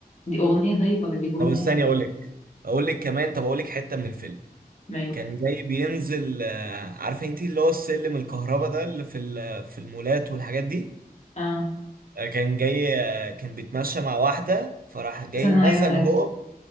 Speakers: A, on the left; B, on the right.
A: دي اغنية طيب ولا دي جملة
B: طب استني
A: يعني
B: اقول لك اقول لك كمان طب اقول لك حته من الفيلم
A: ماشي
B: كان جاي بينزل آه، عارفه انت اللي هو السلم الكهرباء ده اللي في ال- في المولات والحاجات دي
A: اه
B: آه، كان جاي آه، كان بيتمشى مع واحده فراح جاي
A: استنى ايوه
B: نزل
A: انا عرفته
B: هو